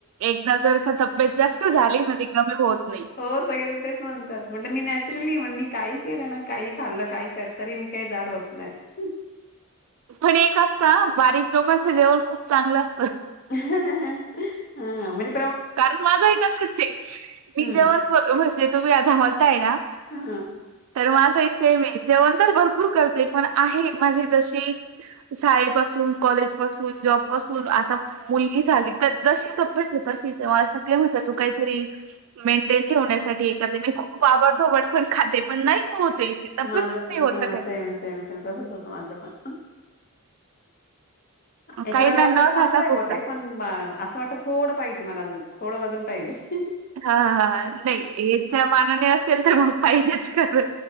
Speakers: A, on the right; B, on the left.
A: एकदा जर का तब्येत. जास्त झाली ना ती कमी होत नाही.
B: हो सगळेजण तेच म्हणतात म्हटलं मी नॅचरली म्हण मी काही केलं. ना काही खाल्लं. काही करतरी मी काही जाड होत नाही.
A: पण एक असत बारीक लोकांचं जेवण खूप चांगलं असत.
B: हा म्हजे
A: कारण माझं एक तसच आहे मी
B: हम्म
A: जेव्हा ब म्हणजे तुम्ही आता बोलताय ना
B: हा.
A: तर माझंही सेम आहे जेवण तर भरपूर करते पण आहे माझे जशी शाळेपसून कॉलेज पासून जॉब पासून आता मुलगी झाली तर जशी तांबेयत तशीच मला सगळे म्हणतात तू काहीतरी ठेवण्यासाठी एखाद मी खूप आबडधोबड पण खाते पण नाहीच होत तब्येतच
B: माझं पण
A: नाही होत
B: हा
A: काय
B: सेम सेम सेम तसच होतं माझं पण एखाद्याला
A: काही ना
B: वाटत
A: न
B: चांगलं
A: खाता
B: आहे
A: पुरता
B: बते पण असं वाटत थोडं पाहिजे तेमलाजून थोडं वजन पाहिजे
A: हा हा नाही याच्या मानाने असेल तर मग पाहिजेच खरं